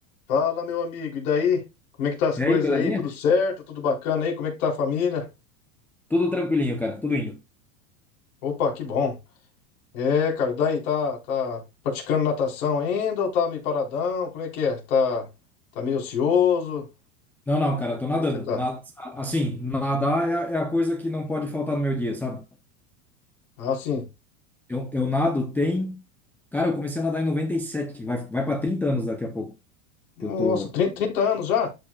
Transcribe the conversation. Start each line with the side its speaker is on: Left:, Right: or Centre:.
Left: Fala, meu amigo, e daí? Como é que tá as
Centre: E
Left: coisas
Centre: aí, belezinha?
Left: aí? Tudo certo? Tudo bacana aí? Como é que tá a família?
Centre: Tudo tranquilinho, cara, tudo indo.
Left: Opa, que bom. É, cara, daí tá, tá praticando natação ainda ou tá meio paradão? Como é que é? Tá, tá meio ocioso?
Centre: Não, não, cara, eu tô
Left: Como
Centre: nadando.
Left: é que você tá?
Centre: Na- assim, nadar é, a é a coisa que não pode faltar no meu dia, sabe?
Left: Ah, sim.
Centre: Eu, eu nado tem. Cara, eu comecei a nadar em 97. vai, vai para 30 anos daqui a pouco.
Left: Nossa,
Centre: que Eu tô
Left: 30, 30 anos já?